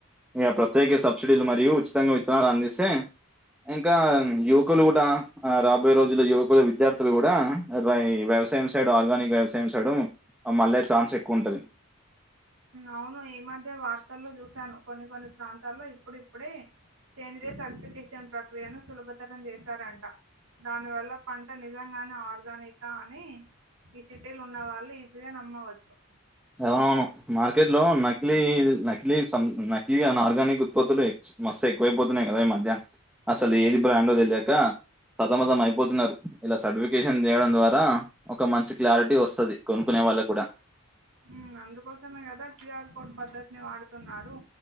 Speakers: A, in the centre; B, on the right.
A: ఇక ప్రత్యేక సబ్సిడీలు మరియు ఉచితంగా విత్తనాలు అందిస్తే ఇంకా యువకులు కూడా ఆ రాబోయే రోజుల్లో యువకులు విద్యార్థులు కూడా రాయ్ వ్యవసాయం సైడు ఆర్గానిక్ వ్యవసాయం సైడు మళ్ళే ఛాన్స్ ఎక్కువ ఉంటది
B: అవును ఈ మధ్య వార్తల్లో చూసాను కొన్ని కొన్ని ప్రాంతాల్లో ఇప్పుడు ఇప్పుడే సేంద్రియ సర్టిఫికేషన్ ప్రక్రియను సులభతరం చేశారంట దానివల్ల పంట నిజంగానే ఆర్గానికా అని ఈ సిటీల ఉన్న వాళ్ళు ఈజీగా నమ్మవచ్చు
A: అమనవును మార్కెట్ లో నకిలీ నకిలీ సం నకిలీ ఆర్గానిక్ ఉత్పత్తులు మస్తు ఎక్కువైపోతున్నాయి కదా ఈ మధ్య అసలు ఏది బ్రాండ్ తెలియక సతమతం అయిపోతున్నారు ఇలా సర్టిఫికేషన్ చేయడం ద్వారా ఒక మంచి క్లారిటీ వస్తది కొనుకునే వాళ్ళకి కూడా
B: ఉమ్ అందుకోసమే కదా క్యూఆర్ కోడ్ పద్ద్దతిని వాడుతున్నారు